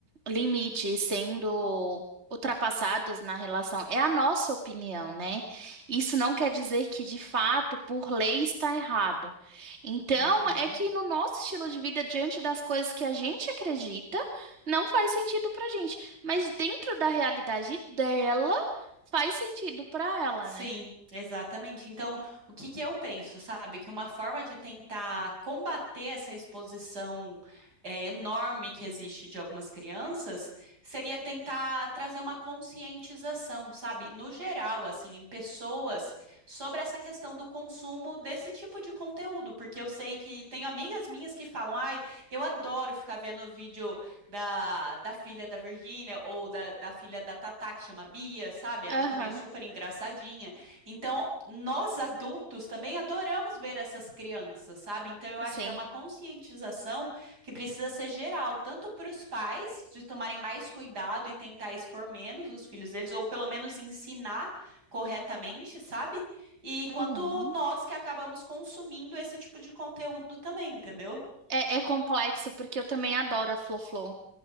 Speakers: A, on the right; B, on the right.
A: limites sendo ultrapassados na relação, é a nossa opinião, né? Isso não quer dizer que de fato, por lei, está errado. Então,
B: uhum.
A: é que no nosso estilo de vida, diante das coisas que a gente acredita, não faz sentido pra gente, mas dentro da realidade dela, faz sentido pra ela,
B: Sim,
A: né?
B: exatamente. Então, o que que eu penso, sabe? Que uma forma de tentar combater essa exposição é, enorme que existe de algumas crianças seria tentar trazer uma conscientização, sabe? No geral, assim, em pessoas, sobre essa questão do consumo desse tipo de conteúdo. Porque eu sei que tenho amigas minhas que falam, ai, eu adoro ficar vendo vídeo. da, da filha da Virgínia ou da, da filha da Tatá, que chama Bia, sabe? Ela
A: Aham,
B: também é super engraçadinha. Então, nós adultos também adoramos ver essas crianças, sabe? Então, eu
A: assim.
B: acho que é uma conscientização que precisa ser geral, tanto para os pais de tomarem mais cuidado e tentar expor menos os filhos deles, ou pelo menos ensinar corretamente, sabe? E quanto
A: Uhum.
B: nós que acabamos consumindo esse tipo de conteúdo também, entendeu? <laughs>
A: É, é complexo porque eu também adoro a Flo-Flo.